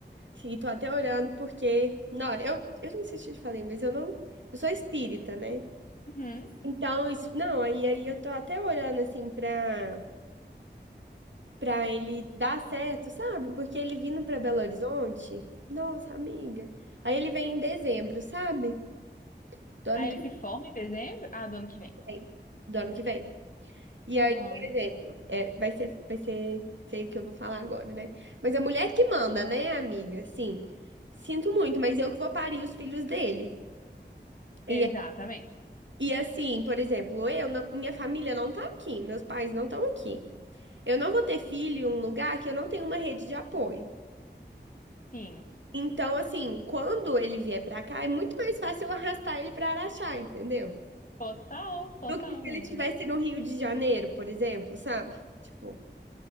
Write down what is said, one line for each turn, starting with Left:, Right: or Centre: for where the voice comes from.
Right: Sim, tô até orando porque, não, eu eu não sei se eu te falei, mas eu não, eu sou espírita, né?
Left: uhum.
Right: Então, isso, não, aí aí eu tô até orando assim pra para ele dar certo, sabe? Porque ele vindo pra Belo Horizonte, nossa, amiga. Aí ele vem em dezembro, sabe? Do ano
Left: Aí
Right: que
Left: ele se forma em dezembro? Ah, do ano que vem.
Right: vem. Do ano que vem. E
Left: Aham,
Right: aí, por exemplo, é, vai ser, vai ser feio o que eu vou falar agora, né? Mas a mulher que manda, né, amiga? Sim. Sinto muito, mas eu que vou parir os filhos dele. E,
Left: Exatamente.
Right: a- e assim, por exemplo, eu, na- minha família não tá aqui, meus pais não estão aqui. Eu não vou ter filho em um lugar que eu não tenho uma rede de apoio.
Left: Sim.
Right: Então, assim, quando ele vier pra cá, é muito mais fácil eu arrastar ele pra Araxá, entendeu?
Left: Total, total,
Right: Do que se
Left: amiga.
Right: ele tivesse no Rio de Janeiro, por exemplo, sabe? Tipo.